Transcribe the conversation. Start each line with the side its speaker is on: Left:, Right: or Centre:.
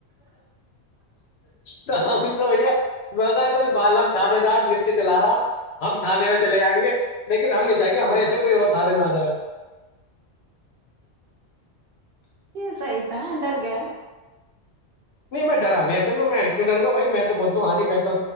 Left: تو ہم تو بیا ب چل بالم تھاانے دار ج سے چلا رہا ہم تھانے میں چلے جائیں گے لیکن ہم نہیں چاہیں گے ہمارے ایسے کوئی اور تھادے میں آ جا رہا
Right: یہسئیتا ہڈار کا
Left: نہیں میں ڈرا نہیں اصل میں کیوں ڈروں گ بھائی میں تو بولتا ہوں ہاں جی میں تو